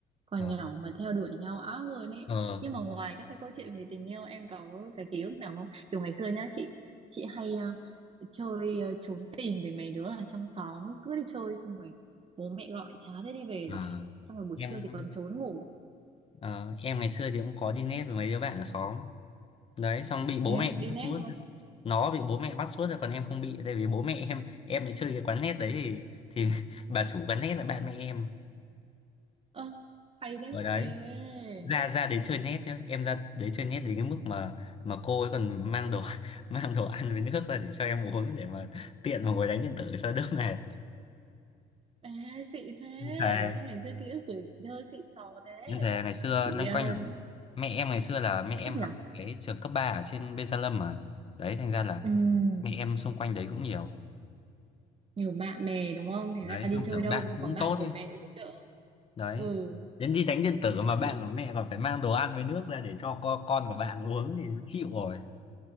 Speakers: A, on the right; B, on the left.
A: Còn
B: ờ
A: nhỏ mà theo đuổi nhau ác luôn ấy.
B: ờ,
A: Nhưng mà ngoài các cái câu chuyện về tình yêu em có cái ký ức nào không? Kiểu ngày xưa nhá chị, chị hay ờ, chơi ờ, trốn tìm với mấy đứa ở trong xóm, cứ đi chơi xong rồi bố mẹ gọi chả thấy đi về
B: à,
A: gì cả. Xong rồi buổi
B: em
A: trưa thì còn trốn ngủ.
B: ờ, em ngày xưa thì cũng có đi nét với mấy đứa bạn ở xóm đấy xong bị bố
A: Thế
B: mẹ
A: á, đi
B: bắt
A: net
B: suốt
A: luôn.
B: nó bị bố mẹ bắt suốt rồi còn em không bị tại vì bố mẹ em em lại chơi cái quán net đấy thì thì <laughs> bà chủ quán net là bạn mẹ em
A: Ơ, hay thế.
B: ở đấy
A: Ê.
B: ra ra đấy chơi net nhá em ra đấy chơi net đến cái mức mà mà cô ấy còn mang đồ <laughs> mang đồ ăn với nước ra để cho em uống để mà tiện mà ngồi đánh điện tử cho đỡ mệt
A: Ê, xịn thế
B: em thề
A: Sao ngày xưa ký ức tuổi thơ xịn sò thế
B: em thề ngày xưa
A: Chị
B: loanh
A: ờ,
B: quanh là- mẹ em ngày xưa là mẹ em
A: thích nhở
B: học cái trường cấp 3 ở trên Bên Gia Lâm mà đấy thành ra là
A: Ừm,
B: mẹ em xung quanh đấy cũng nhiều
A: Nhiều bạn bè đúng không Thế
B: đấy
A: là
B: xong
A: đi chơi
B: kiểu
A: đâu
B: bạn
A: cũng
B: cũng
A: có bạn
B: tốt
A: của
B: ấy
A: mẹ giúp đỡ
B: đấy
A: Ừ
B: đến đi đánh điện tử mà
A: chị
B: bạn của mẹ còn phải mang đồ ăn với nước ra để cho con con của bạn uống thì chịu rồi